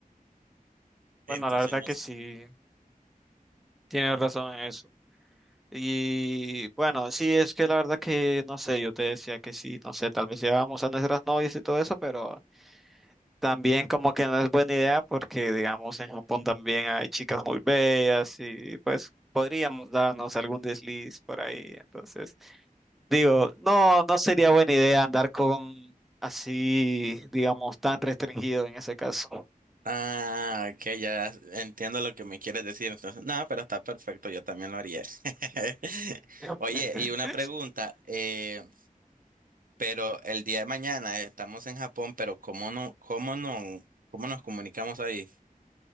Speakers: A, on the right; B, in the centre.
A: Entonces
B: Bueno, la verdad
A: nos...
B: que sí, tienes razón en eso. Y bueno, sí, es que la verdad que no sé, yo te decía que sí, no sé, tal vez llevábamos a nuestras novias y todo eso, pero... También como que no es buena idea porque, digamos, en Japón también hay chicas muy bellas y pues podríamos darnos algún desliz por ahí. Entonces, digo, no, no sería buena idea andar con así, digamos, tan restringido en ese caso.
A: Ah, ok, ya entiendo lo que me quieres decir. Entonces, no, pero está perfecto, yo también lo haría. <laughs>
B: <laughs>
A: Oye, y una pregunta. eh, Pero el día de mañana estamos en Japón, pero ¿cómo no, cómo no, cómo nos comunicamos ahí?